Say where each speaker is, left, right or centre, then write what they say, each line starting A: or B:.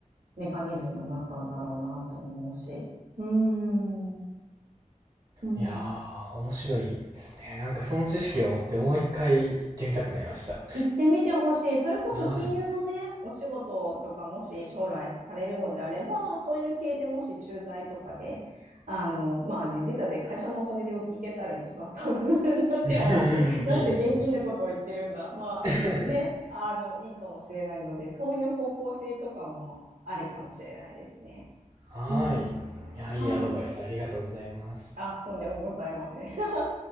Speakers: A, on the right; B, on the right.
A: メカニズムになったんだろうなと思うし。うーん、うん。
B: ん。いやー、面白いですね。なんかその知識を持ってもう一回行ってみたくなりました。
A: 行ってみてほしい。それこそ金融のね、
B: <laughs> はい。
A: お仕事とかもし将来されるのであれば、そういう系でもし駐在とかで、あの、まあね、ビザで会社のお金で行けたら一番多分 <laughs> なんて私、
B: <laughs> うんうんいいですね。
A: なんて現金なことを言ってるんだ。まあね、
B: <laughs>
A: あの、いいかもしれないので、そういう方向性とかもありかもしれないですね。
B: はい。
A: うん。
B: いや、いいアドバイスありがとうございます。
A: はい。あ、とんでもございません。<laughs>